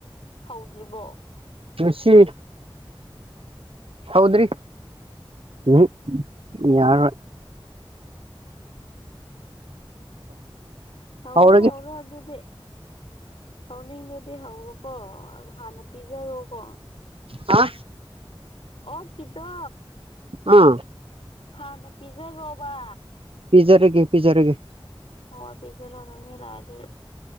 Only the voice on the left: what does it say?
ꯍꯧꯗ꯭ꯔꯤꯕꯣ
ꯍꯧꯔꯣ
ꯍꯧꯔꯣ ꯑꯗꯨꯗꯤ ꯍꯧꯅꯤꯡꯂꯗꯤ ꯍꯧꯔꯣꯀꯣ ꯍꯥꯟꯅ ꯄꯤꯖꯔꯣꯀꯣ
ꯑꯣꯛꯀꯤꯗꯣ
ꯍꯥꯟꯅ ꯄꯤꯖꯔꯣꯕ
ꯍꯣꯏ ꯑꯗꯨꯗꯤ ꯂꯩꯔꯝꯃꯣ ꯂꯥꯛꯑꯒꯦ ꯑꯩ